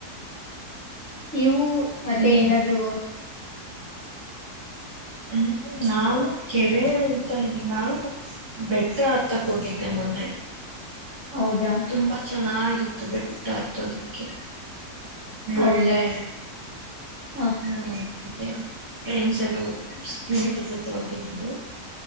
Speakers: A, on the left; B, on the right.
A: ನೀವು ಮತ್ತೆ
B: ಇನ್ನೇನ್
A: ಎಲ್ಲಾದ್ರು
B: ಹ್ಮ ನನು ಕೆರೆ ಅಂತ ಇಲ್ಲ ಬೆಟ್ಟ ಹತಕ್ ಹೋಗಿದ್ದೆ ಮೊನ್ನೆ
A: ಹೌದಾ
B: ತುಂಬಾ ಚ ಚೆನ್ನಾಗಿತ್ತು ಬಿಟ್ಟ ಹತ್ತೋದಿಕ್ಕೆ <unintelligible>
A: ಹೌದಾ
B: ಳ್ಳೆ
A: ಹಾಂ
B: ಹ್ಮ <unintelligible> ರಂಡ್ಸಲು ಸ್ನೇಹಿತ ಜೊತೆ ಹೋಗಿದ್ದಿದ್ದು